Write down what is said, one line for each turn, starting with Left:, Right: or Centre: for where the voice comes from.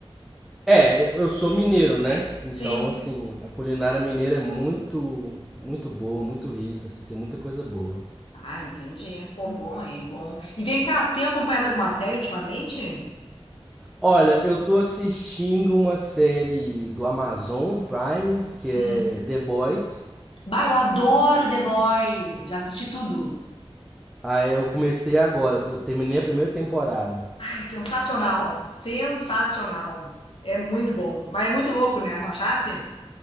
Centre: É, eu eu sou mineiro, né? Então,
Left: Sim.
Centre: assim, a culinária mineira é muito, muito boa, muito rica, assim, tem muita coisa boa.
Left: Ah, entendi. Pô, bom, hein? Bom. E vem cá, tem acompanhado alguma série ultimamente?
Centre: Olha, eu tô assistindo uma série do Amazon Prime, que é
Left: Hum.
Centre: The Boys.
Left: Bah, eu adoro The Boys. Já assisti tudo.
Centre: Aí eu comecei agora, tô- terminei a primeira temporada.
Left: Ai, sensacional, sensacional. É muito bom, mas é muito louco, né? Não achasse?